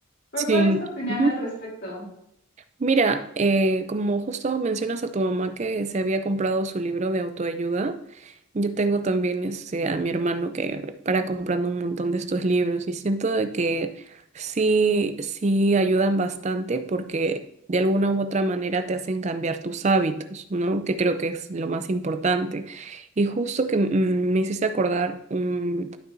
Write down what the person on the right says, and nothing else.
Sí.
ujú.
Mira, eh, como justo mencionas a tu mamá que se había comprado su libro de autoayuda, Yo tengo también este, a mi hermano que para comprando un montón de estos libros y siento de que sí, sí ayudan bastante porque de alguna u otra manera te hacen cambiar tus hábitos, ¿no? Que creo que es lo más importante. Y justo que mm, me hiciste acordar un